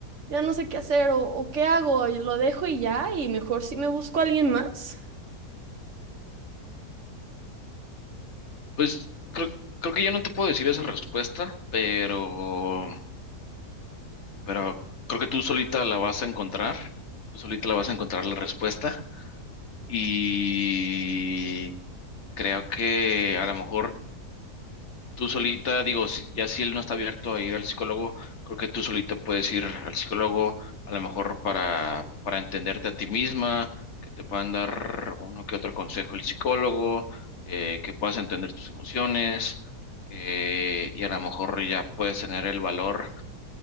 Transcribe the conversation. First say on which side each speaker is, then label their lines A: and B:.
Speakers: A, on the right (about 50°); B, on the left (about 45°).
A: ya no sé qué hacer o, o qué hago, y lo dejo y ya y mejor si me busco a alguien más.
B: Pues creo, creo que yo no te puedo decir esa respuesta, pero, pero creo que tú solita la vas a encontrar, tú solita la vas a encontrar la respuesta y creo que a lo mejor tú solita, digo, si- ya si él no está abierto a ir al psicólogo, creo que tú solita puedes ir al psicólogo, a lo mejor para, para entenderte a ti misma, que te puedan dar uno que otro consejo el psicólogo, eh, que puedas entender tus emociones, eh, y a lo mejor ya puedes tener el valor,